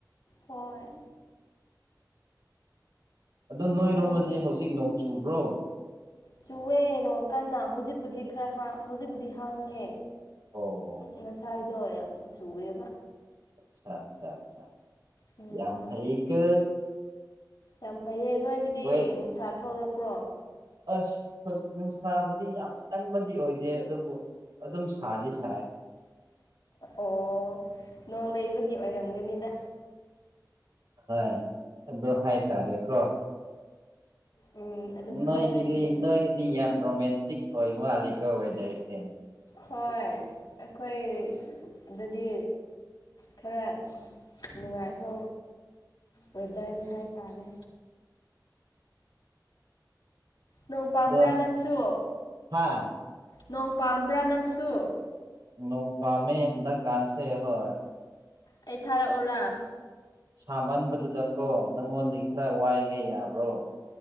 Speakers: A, on the left (about 80°); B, on the right (about 90°).
A: ꯍꯣꯏ
B: ꯑꯗꯣ ꯅꯣꯏꯔꯣꯝꯕꯗꯤ
A: ꯅꯪꯗꯤ
B: ꯍꯧꯖꯤꯛ ꯅꯣꯡ ꯆꯨꯕ꯭ꯔꯣ
A: ꯆꯨꯑꯦ ꯅꯣꯡ ꯀꯟꯅ ꯍꯧꯖꯤꯛꯄꯨꯗꯤ ꯈꯔ ꯍꯧꯖꯤꯛꯄꯨꯗꯤ ꯍꯥꯡꯉꯦ
B: ꯑꯣ
A: ꯉꯁꯥꯏꯗꯣ ꯌꯥꯝ ꯆꯨꯑꯦꯕ
B: ꯑꯆꯥ ꯑꯆꯥ ꯑꯆꯥ
A: ꯎꯝ
B: ꯌꯥꯝ ꯐꯩꯀꯣ
A: ꯌꯥꯝ ꯐꯩꯌꯦꯦ ꯅꯣꯏꯗꯗꯤ
B: ꯋꯦꯠ
A: ꯅꯨꯡꯁꯥ ꯊꯣꯛꯂꯛꯄ꯭ꯔꯣ
B: ꯑꯁ ꯅꯨꯡꯁꯥꯕꯨꯗꯤ ꯌꯥꯝ ꯀꯟꯕꯗꯤ ꯑꯣꯏꯗꯦ ꯑꯗꯨꯕꯨ ꯑꯗꯨꯝ ꯁꯥꯗꯤ ꯁꯥꯏ
A: ꯑꯣ ꯅꯣꯡ ꯂꯩꯕꯒꯤ ꯑꯣꯏꯔꯝꯒꯅꯤꯗ
B: ꯍ ꯑꯗꯨ ꯍꯥꯏ ꯇꯔꯦ ꯀꯣ
A: ꯎꯝ ꯑꯗꯨꯝ
B: ꯅꯣꯏ
A: ꯍꯥꯏꯈ꯭ꯔꯁꯦ
B: ꯗꯤꯗꯤ ꯅꯣꯏ ꯑꯗꯨꯗꯤ ꯌꯥꯝ ꯔꯣꯃꯦꯟꯇꯤꯛ ꯑꯣꯏ ꯃꯥꯜꯂꯤꯀ ꯑꯣꯏꯗꯣꯏꯁꯦ
A: ꯍꯣꯏ ꯑꯩꯈꯣꯏ ꯑꯗꯨꯗꯤ ꯈꯔ ꯅꯨꯡꯉꯥꯏꯕ ꯋꯦꯗꯔꯅꯤꯍꯥꯏ ꯇꯥꯔꯦ ꯅꯣꯡ ꯄꯥꯝꯕ꯭ꯔꯥ
B: ꯑꯗꯣ
A: ꯅꯪꯁꯨ
B: ꯍꯥ
A: ꯅꯣꯡ ꯄꯥꯝꯕ꯭ꯔꯥ ꯅꯪꯁꯨ
B: ꯅꯣꯡ ꯄꯥꯝꯃꯦ ꯍꯟꯗꯛ ꯀꯥꯟꯁꯦ ꯍꯣꯏ
A: ꯑꯩ ꯊꯥꯔ ꯑꯣꯔꯥ
B: ꯁꯥꯃꯟꯕꯗꯨꯗ ꯀꯣ ꯅꯪꯉꯣꯟꯗꯤ ꯈꯔ ꯋꯥꯏꯒꯦ ꯌꯥꯕ꯭ꯔꯣ